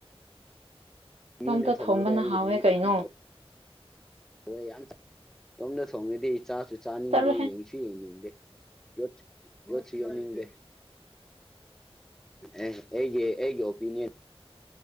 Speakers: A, in the centre; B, on the right (about 80°).
A: ꯃꯤꯅ
B: ꯏꯇꯣꯝꯇ
A: ꯊꯣꯡꯕꯗꯣ
B: ꯊꯣꯡꯕꯅ
A: ꯑꯩꯒꯤꯗꯃꯛꯇ
B: ꯍꯥꯎꯋꯦ ꯀꯩꯅꯣ
A: ꯌꯥꯝ ꯍꯥꯎ ꯋꯣꯏ ꯌꯥꯝ ꯆꯥ ꯏꯇꯣꯝꯗ ꯊꯣꯡꯔꯗꯤ ꯆꯥꯁꯨ ꯆꯥꯅꯤꯡꯗꯦ
B: ꯆꯠꯂꯣꯍꯦ
A: ꯌꯦꯡ ꯁꯨ ꯌꯦꯡꯅꯤꯡꯗꯦ ꯌꯣꯠ ꯌꯣꯠꯁꯨ ꯌꯣꯠꯅꯤꯡꯗꯦ ꯑꯦ ꯑꯩꯒꯤ ꯑꯩꯒꯤ ꯑꯣꯄꯤꯅ꯭ꯌꯟ